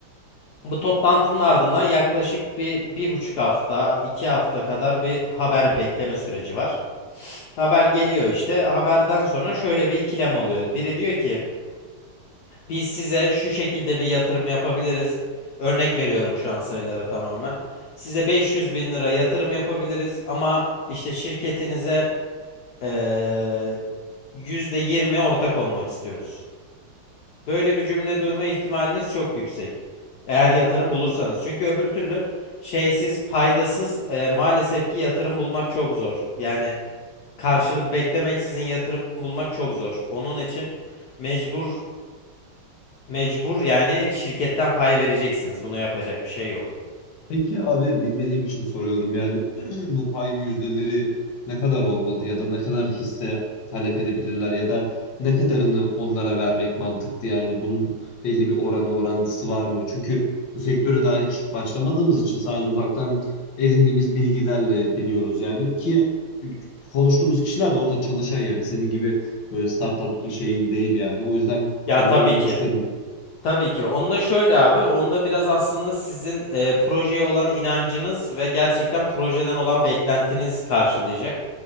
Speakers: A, on the left; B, on the left.
A: Bu toplantının ardından yaklaşık bir, bir buçuk hafta, iki hafta kadar bir haber bekleme süreci var. Haber geliyor işte. Haberden sonra şöyle bir ikilem oluyor. Biri diyor ki biz size şu şekilde bir yatırım yapabiliriz. Örnek veriyorum şu an sayılara tamamen. Size 500 bin lira yatırım yapabiliriz ama işte şirketinize eee %20 ortak olmak istiyoruz. Böyle bir cümle duyma ihtimaliniz çok yüksek. Eğer yatırım bulursanız. Çünkü öbür türlü şeysiz, paydasız eee, maalesef ki yatırım bulmak çok zor. Yani karşılık beklemeksizin yatırım bulmak çok zor. Onun için mecbur mecbur yani şirketten pay vereceksiniz. Buna yapacak bir şey yok.
B: Peki abi bilmediğim için soruyorum yani <clears throat> bu pay yüzdeleri ne kadar olmalı ya da ne kadar hisse talep edebilirler ya da ne kadarını onlara vermek mantıklı yani bunun belli bir oranı orantısı var mı? Çünkü bu sektöre daha hiç başlamadığımız için sadece uzaktan edindiğimiz bilgilerle biliyoruz yani ki konuştuğumuz kişiler de orada çalışan yani senin gibi böyle startup şey değil yani o yüzden
A: Ya
B: senden
A: tabii
B: duymak
A: ki.
B: isterim.
A: Tabii ki. Onu da şöyle abi, onu da biraz aslında sizin e, projeye olan inancınız ve gerçekten projeden olan beklentiniz karşılayacak.